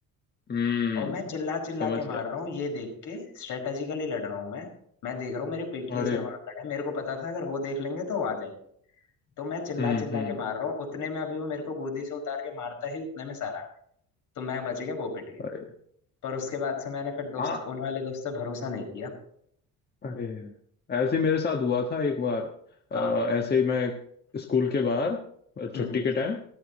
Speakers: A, on the left; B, on the left.
A: हम्म
B: और मैं चिल्ला चिल्ला
A: समझ
B: के मार
A: गया
B: रहा हूँ ये देख के स्ट्रेटेजिकली लड़ रहा हूँ मैं मैं देख रहा हूँ मेरे पीटीआई
A: अरे
B: सर वहां खड़े हैं मेरे को पता था अगर वो देख लेंगे तो वो आ जाएंगे तो मैं चिल्ला
A: हम्म
B: चिल्ला
A: हम्म
B: के मार रहा हूँ उतने में अभी वो मेरे को गोदी से उतार के मारता ही उतने में सर आ गया तो मैं बच गया वो पिट गया
A: अरे
B: पर उसके बाद से मैंने फिर दोस्त
A: हाँ
B: उन वाले दोस्त से भरोसा नहीं किया
A: अरे ऐसे ही मेरे साथ हुआ था एक बार अ,
B: हाँ
A: ऐसे ही मैं स्कूल के बाहर अ, छुट्टी
B: हम्म
A: के टाइम